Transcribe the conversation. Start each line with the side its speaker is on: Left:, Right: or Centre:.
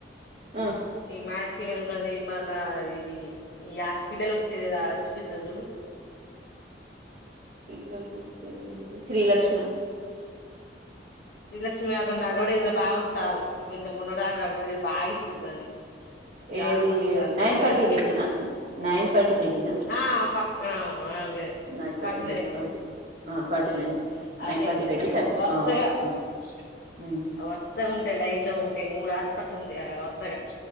Right: ఆ
Left: ఈ మ్యాక్స్కెరు ఉన్నది మళ్ళ ఇది యాస్ పిల్లలు ఉట్టేదేది ఆడ చూపిస్త జులు
Right: పిల్లలు వుట్టేదంటే శ్రీ లక్ష్మ
Left: శ్రీలక్ష్మి కాకుండా అడవడేస్ ల బాగొతరు ఇంత మొన్నటి దాక అడవడేస్ బా ఇచ్చి దాన్ని ఇది
Right: ఏది
Left: హాస్పిటల్ రా
Right: నైన్
Left: ఆ గల్లికె
Right: ఫర్టిలిటీనా
Left: వొ
Right: నైన్ ఫర్టిలిటీనా
Left: ఆ ఆ ప ఆ ఆ గదే
Right: నైన్
Left: పాటినైను
Right: ఫర్టిలిటీ ఓకే ఆ ఫార్టీ
Left: ఉ
Right: నైన్ నైన్
Left: అతే
Right: ఫార్టీ
Left: ఇగ
Right: లేడీస్ సెంటర్
Left: వరుసగా
Right: ఆ ఓకే ఆ ఉమ్
Left: ఆ వర్సగుంటయ్ లైన్ లో ఉం ఉంటాయి మూడు ఆస్పటల్ ఉంటయి ఆ వత్సగా